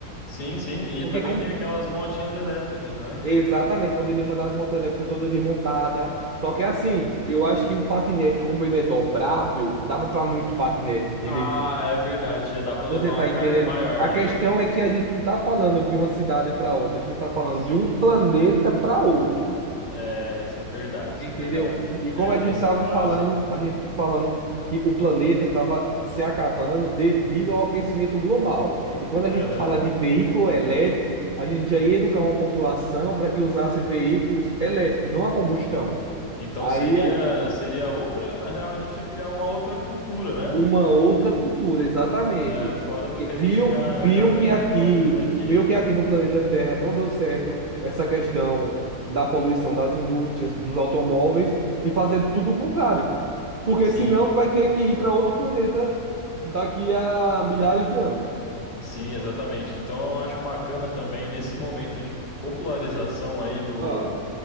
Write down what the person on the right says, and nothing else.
Porque
como...
Exatamente, poderia mandar as motos elétricas toda desmontada. Só que assim, eu acho que o patinete, como ele é dobrável, dava para muito patinete, entendeu?
Você
está
entendendo?
A questão
é que a gente não está falando de uma cidade para outra, a gente está falando
de um planeta para outro,
entendeu?
E como
a
gente estava
falando, a gente tá falando que o planeta estava se acabando devido ao aquecimento global. E quando a gente
fala de veículo elétrico, a gente já ia educar uma população para que usasse veículos elétricos, não a combustão.
Aí
uma
outra cultura, exatamente.
E
Viu,
viu
que aqui,
viu que aqui no planeta Terra não deu certo essa questão da poluição das indústrias, dos automóveis e fazer tudo o contrário, porque
senão vai ter que ir para outro planeta daqui a milhares de anos.
Ah,